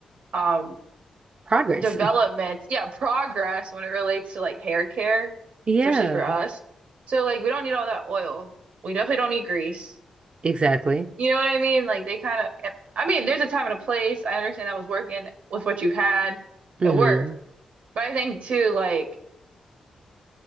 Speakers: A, on the right; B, on the right.
A: um
B: Progress.
A: developments, yeah, progress when it relates to like hair care,
B: <laughs> Yeah.
A: especially for us. So like we don't need all that oil. We definitely don't need grease.
B: Exactly.
A: You know what I mean? Like they kind of, I mean, there's a time and a place. I understand that was working with what you had.
B: Mm-hmm.
A: It worked. But I think too, like,